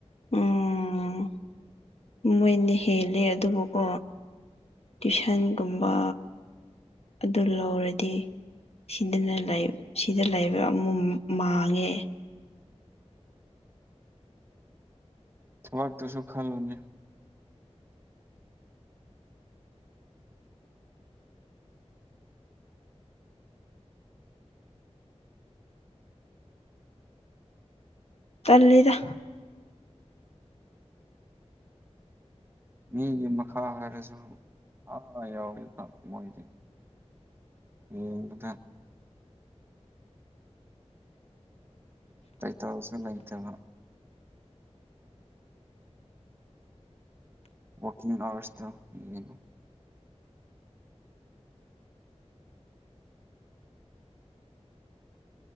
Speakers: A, on the left; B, on the right.
A: ꯎꯝ ꯃꯣꯏꯅ ꯍꯦꯜꯂꯦ ꯑꯗꯨꯕꯨꯀꯣ ꯇꯨꯏꯁꯟꯒꯨꯝꯕ ꯑꯗꯨ ꯂꯧꯔꯗꯤ ꯁꯤꯗꯅ ꯁꯤꯗ ꯂꯩꯕ ꯑꯃꯨꯛ ꯃꯥꯡꯉꯦ
B: ꯊꯕꯥꯛꯇꯨꯁꯨ ꯈꯜꯂꯨꯅꯦ
A: ꯇꯜꯂꯤꯗ
B: ꯃꯤꯒꯤ ꯃꯈꯥ ꯍꯥꯏꯔꯁꯨ ꯑꯥ ꯌꯥꯎꯋꯤꯕ ꯃꯣꯏꯗꯤ ꯅꯣꯡꯃꯗ ꯄꯦꯇꯦꯜꯁꯨ ꯂꯩꯇꯕ ꯋꯥꯀꯤꯡ ꯑꯋꯥꯔꯁꯇꯣ ꯌꯦꯡ